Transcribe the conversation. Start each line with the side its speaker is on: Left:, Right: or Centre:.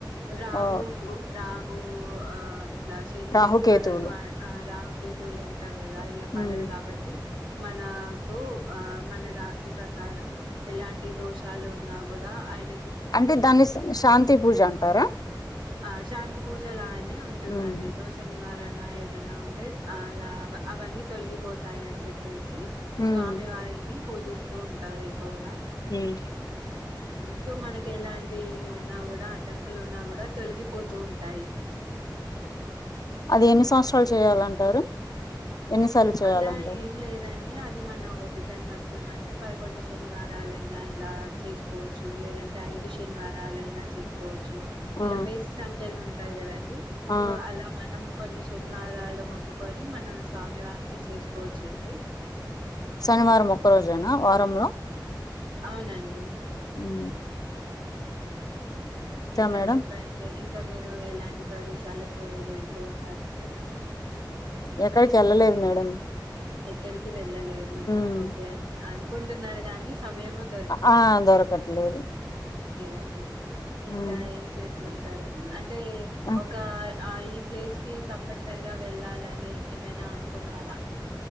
Right: రాహు
Left: ఆ
Right: నాకు ఆ శని
Left: రాహుకేతువులు
Right: పడదు ఆ రాహు కేతులున్ ఉంటారు కదా ఇలా పడదు
Left: ఉమ్
Right: కాబట్టి మనకు మన రాశి ప్రకారం ఎలాంటి దోషాలు ఉన్నా కూడా ఆయన
Left: అంటే దాన్ని శాంతి పూజ అంటారా
Right: ఆ శాంతి పూజలా అనే ఉంటుందండి
Left: ఉమ్
Right: దోష నివారణ ఏదన్నా ఉంటే అలా అవన్నీ తొలగిపోతాయి అని చెప్పే సి స్వామి
Left: ఉమ్
Right: వారిని పూజిస్తూ ఉంటారు ఎక్కువగా
Left: ఉమ్
Right: సో మనకి ఎలాంటివి ఉన్నా కూడా అడ్డంకులు ఉన్నా కూడా తొలగి పోతూ ఉంటాయి
Left: అది ఎన్ని సంవత్సరాలు చేయాలంటారు. ఎన్నిసార్లు చేయాలంటారు
Right: అలా ఏం లేదండి అది మనం ఓపికని పట్టుకొని అంటే పదకొండు శనివారాలు అయినా ఇలా చేసుకోవచ్చు. లేదంటే ఐదు శనివారాలు అయినా చేసుకోవచ్చు.
Left: ఆ
Right: ఇలా బేసి సంఖ్యలో ఉ ాదా <unintelligible>
Left: ఆ
Right: సో అలా మనం కొన్ని శనివారాలు మొక్కుకొని మనం స్వామివారి ఇ చేసుకోవచ్చండి
Left: శనివారం ఒక్క రోజేనా వారంలో
Right: అవునండి
Left: అ <inaudible>
Right: అ <unintelligible> ఇంకా
Left: మేడం
Right: చెప్పండి ఇం ఇంకా మీరు ఎలాంటి ప్రదేశాలకు వెళ్తూ ఉంటారండి.
Left: ఎక్కడికి వెళ్ళలేదు మేడం
Right: ఎక్కడికి వెళ్ళలేదు.
Left: ఉమ్
Right: ఓకే అండి అనుకుంటున్నారు గానీ సమయము
Left: ఆ దొరకట్లేదు
Right: యండి ఇంకా
Left: ఉమ్
Right: ఏం చేస్తుంటే సరేండి అంటే
Left: ఆ
Right: ఒక ఆ ఈ ప్లేస్ కి తప్పనిసరిగా వెళ్ళాలని ఏమైనా అనుకున్నారా.